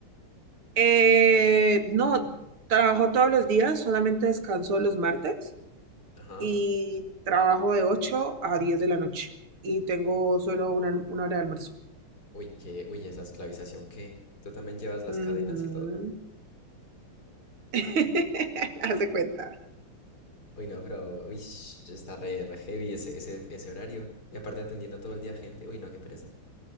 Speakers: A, on the right (about 75°); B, on the left (about 45°).
A: Eh, no, trabajo todos los días, solamente descanso los martes.
B: Ajá.
A: y trabajo de 8 a 10 de la noche y tengo solo una, una hora de almuerzo.
B: Uy, qué, uy, esa esclavización, ¿qué? ¿Tú también llevas las
A: Ujú.
B: cadenas y todo?
A: <laughs> Haz de cuenta.
B: Uy, no, pero, uy, sh- está re, re heavy ese, ese, ese horario, y aparte atendiendo todo el día a gente, uy, no, qué pereza.